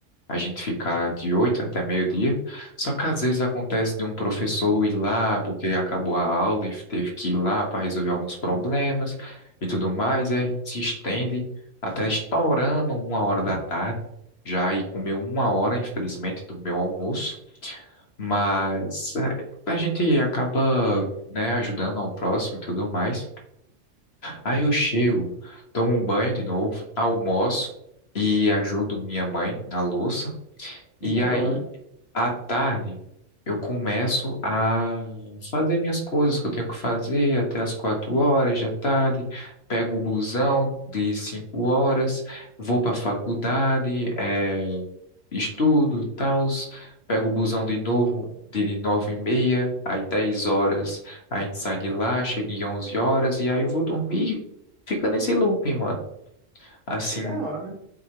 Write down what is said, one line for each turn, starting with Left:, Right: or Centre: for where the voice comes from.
Left: a gente ficar de 8 até meio-dia. Só que às vezes acontece de um professor ir lá porque acabou a aula e teve que ir lá para resolver alguns problemas e tudo mais, e a gente se estende até estourando uma hora da tarde, já e comeu uma hora, infelizmente, do meu almoço, mas eh, a gente acaba, né, ajudando ao próximo e tudo mais. Aí eu chego, tomo um banho de novo, almoço e ajudo minha mãe na louça.
Right: Que
Left: E
Right: da
Left: aí
Right: hora,
Left: à tarde, eu começo a fazer minhas coisas que eu tenho que fazer até as quatro horas da tarde. Pego o busão de cinco horas, vou para a faculdade, eh, estudo e tal. Pego o busão de novo de nove e meia, às dez horas a gente sai de lá, chega em onze horas e aí eu vou dormir. e Fica nesse looping, mano. Assim.
Right: que da hora.